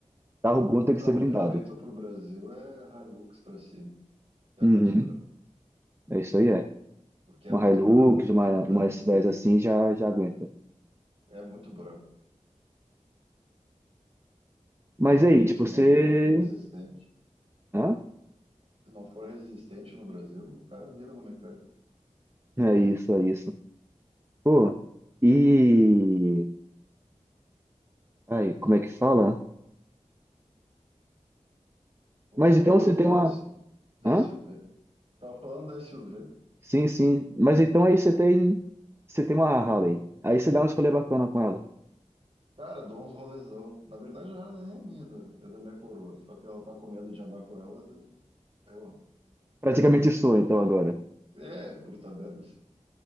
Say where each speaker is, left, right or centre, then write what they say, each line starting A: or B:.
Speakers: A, on the right; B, on the right.
A: Carro bom
B: O
A: tem
B: carro
A: que ser blindado.
B: perfeito para o Brasil é Hilux para cima, que aguenta
A: Uhum.
B: os trancos.
A: É isso aí, é.
B: Porque é
A: Uma
B: muito
A: Hilux,
B: buraco. Puta
A: uma,
B: que pariu.
A: uma S10 assim já, já aguenta.
B: É muito buraco.
A: Mas
B: Se não,
A: aí, tipo,
B: se
A: você.
B: não for resistente.
A: Hã?
B: Se não for resistente no Brasil, o cara vive no mecânico.
A: É isso, é isso. Pô, e. Aí, como é que fala?
B: Eu
A: Mas
B: tava
A: então
B: falando
A: você tem
B: do,
A: uma.
B: S, da
A: Hã?
B: SUV. Tava falando da SUV.
A: Sim, sim. Mas então aí você tem. Você tem uma Harley. Aí você dá uma escolha bacana com ela.
B: Cara, dou uns rolezão. Na verdade, ela nem é minha, da- é da minha coroa. Só que ela tá com medo de andar com ela. Eu, eu ando.
A: Praticamente sua, então, agora. <laughs>
B: É, por tabela, assim.